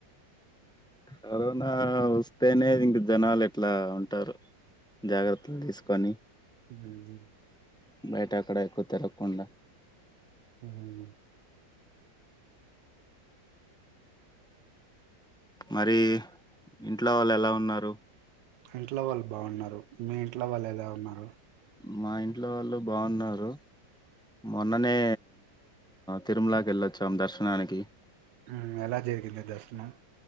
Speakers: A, in the centre; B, on the right.
A: కరోనా వ స్తేనే ఇంక జనాలు ఎట్లా ఉంటారు జాగ్రత్తలు తీసుకొని
B: ఉమ్
A: బయట అక్కడ ఎక్కువ తిరగకుండా
B: ఉమ్
A: మరి ఇంట్లో వాళ్ళు ఎలా ఉన్నారు
B: ఇంట్లో వాళ్ళు బాగున్నారు మీ ఇంట్లో వాళ్ళు ఎలా ఉన్నారు
A: మా ఇంట్లో వాళ్ళు బాగున్నారు మొన్ననే తిరుమలకి వెళ్ళొచ్చాం దర్శనానికి
B: ఉమ్ ఎలా జరిగింది ద ర్శనం